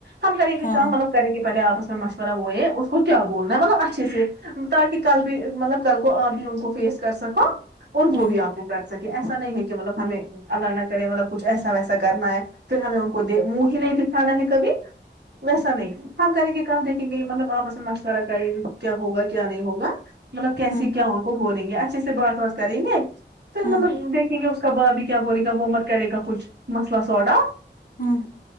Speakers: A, on the right; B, on the left.
A: ہم کریں گے
B: ہاں
A: کام مطلب کریں گے پہلے آپس میں مشورہ وہ یہ اس کو کیا بولنا ہے مطلب اچھے سے تاکہ کل بھی مطلب کل کو آپ بھی ان کو فیس کر سکو اور وہ
B: ہوں
A: بھی آپ کو کر سکے ایسا نہیں ہے کہ مطلب ہمیں اللہ نہ کرے مطلب کچھ ایسا ویسا کرنا ہے پھر ہمیں ان کو دے منہ ہی نہیں دکھانا ہے کبھی ویسا نہیں ہاں کریں گے کام دیکھیں گے مطلب آپس میں مشورہ کریں گے کیا ہوگا کیا نہیں ہوگا مطلب کیسے
B: ہوں
A: کیا ان کو بولیں گے اچھے سے بات وات کریں گے پھر
B: ہوں
A: مطلب دیکھیں گے کب آبھی کیا بولے گا وہ مت کرے گا کچھ مسئلہ سوڈا
B: ہوں